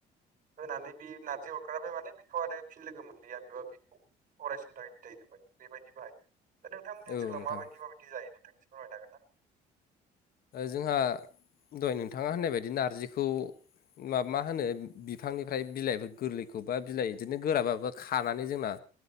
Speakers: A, on the right; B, on the left.
A: होनानै बे नारजि अरग्राबाय माने बेखौ आरो फिन लोगो मोनलिैया बेबा बेखौ अरायसमनि बिदाय होबाय बेबायदि बाहायो दा नोंथांनि ओनसोलाव
B: औ नोंथां
A: माबायदि माबायदि जायो नोंथांनिसो फोरमायनो हागोन ना
B: जोंहा दहय नोंथाङा होननाय बायदि नारजिखौ मा मा होनो बिफांनिफ्राय बिलाइफोर गोरलैखौबा बिलाइ बिदिनो गोराबाबो खानानै जोंना